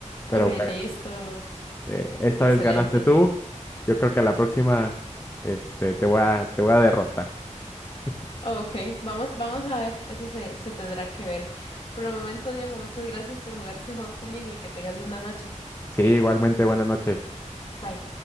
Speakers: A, on the left; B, on the left.
A: Pero
B: Ok,
A: bueno,
B: listo.
A: eh, esta
B: Excelente.
A: vez ganaste tú. Yo creo que a la próxima este, te voy a, te voy a derrotar. <laughs>
B: Ok, vamos, vamos a ver, eso se, se tendrá que ver. Por el momento, Diego, muchas gracias por jugar este juego conmigo y que tengas linda noche.
A: Sí, igualmente, buenas noches.
B: Bye.